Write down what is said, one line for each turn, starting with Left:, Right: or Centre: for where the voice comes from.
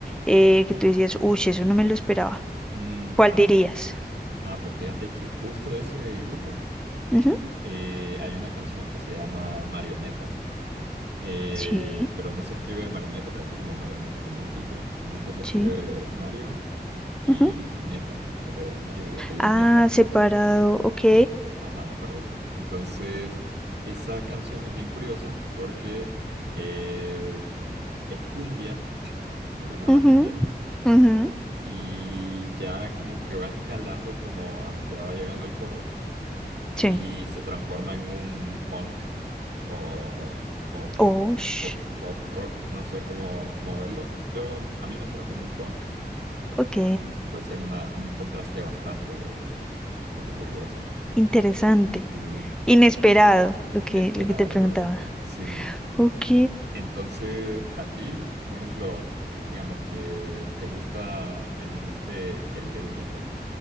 Centre: eh, que tú decías, uy, eso no me lo esperaba.
Right: Mm,
Centre: ¿Cuál
Right: ah,
Centre: dirías?
Right: ah, pues fíjate que justo de ese grupo
Centre: Ujú,
Right: eh, hay una canción que se llama Marioneta, eh,
Centre: Sí,
Right: pero no se escribe marioneta, casi como marioneta, como un títere, sino que se escribe
Centre: sí.
Right: Mario y
Centre: ujú.
Right: Neta, o sea, es Mario y el apellido
Centre: Ah,
Right: es Neta.
Centre: separado, ok.
Right: Ajá, correcto. Entonces, esa canción es bien curiosa porque eh, es cumbia, <laughs> volvemos a
Centre: ujú,
Right: la cumbia,
Centre: ujú,
Right: y ya como que va escalando como a medida va llegando al coro
Centre: Sí.
Right: y se transforma en un punk o, o,
Centre: Oh, sh-
Right: o pop rock, no sé cómo, cómo verlo. Yo, a mí me suena como un punk,
Centre: ok.
Right: entonces es una, un contraste bastante, bastante curioso.
Centre: Interesante.
Right: Sí.
Centre: Inesperado, lo
Right: Inesperado,
Centre: que, lo que te preguntaba.
Right: correcto. Sí.
Centre: Ok.
Right: Entonces, a ti, por ejemplo, digamos que te gusta, me dijiste el heavy metal.